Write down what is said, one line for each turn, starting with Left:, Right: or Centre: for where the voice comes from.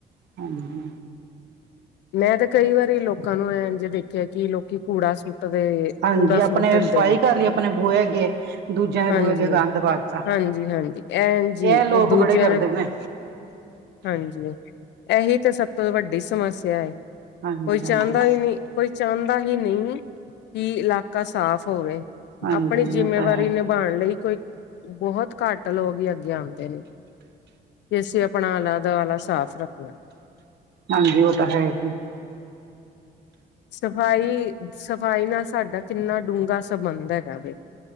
Right: ਹਾਂਜੀ,
Left: ਮੈਂ ਤੇ ਕਈ ਵਾਰੀ ਲੋਕਾਂ ਨੂੰ ਐਜ ਦੇਖਿਆ ਕਿ ਲੋਕੀ ਕੂੜਾ ਸੁਟ ਦੇ ਕੂੜਾ
Right: ਹਾਂਜੀ ਆਪਣੇ
Left: ਸੂਟ ਦਿੰਦੇ
Right: ਸਫਾਈ
Left: ਨੇ,
Right: ਕਰ ਲਈ ਆਪਣੇ ਬੂਯੇ ਅਗੇ ਦੂਜਿਆਂ ਦੇ
Left: ਹਾਂਜੀ।
Right: ਬੂਹੇ ਅੱਗੇ ਗੰਦ ਪਾ ਦਿੱਤਾ
Left: ਹਾਂਜੀ-ਹਾਂਜੀ ਐਂਜ
Right: ਇਹ
Left: ਈ
Right: ਲੋਕ
Left: ਦੂਜਿਆਂ
Right: ਬੜੇ ਕਰਦੇ
Left: ਦੇ
Right: ਨੇ
Left: ਹਾਂਜੀ ਇਹੀ ਤਾਂ ਸਭ ਤੋਂ ਵੱਡੀ ਸਮੱਸਿਆ ਹੈ
Right: ਹਾਂਜੀ
Left: ਕੋਈ ਚਾਹੁੰਦਾ
Right: ਹਾਂਜੀ
Left: ਹੀ ਨਹੀਂ ਕੋਈ ਚਾਹੁੰਦਾ ਹੀ ਨਹੀਂ ਏ, ਕਿ ਇਲਾਕਾ ਸਾਫ਼ ਹੋਵੇ
Right: ਹਾਂਜੀ
Left: ਆਪਣੀ ਜਿੰਮੇਵਾਰੀ
Right: ਉਹ ਤਾਂ ਹੈ
Left: ਨੀਬਾਉਣ ਲਈ ਕੋਈ ਬਹੁਤ ਘੱਟ ਲੋਕ ਹੀ ਅੱਗੇ ਆਉਂਦੇ ਨੇ ਕਿ ਅਸੀਂ ਆਪਣਾ ਆਲਾਦਾ ਵਾਲਾ ਸਾਫ਼ ਰੱਖਣਾ,
Right: ਹਾਂਜੀ ਉਹ ਤਾਂ ਹੈ ਹੀ,
Left: ਸਫ਼ਾਈ ਸਫ਼ਾਈ ਨਾਲ ਸਾਡਾ ਕਿੰਨਾ ਡੂੰਘਾ ਸੰਬੰਧ ਹੈਗਾ ਬ,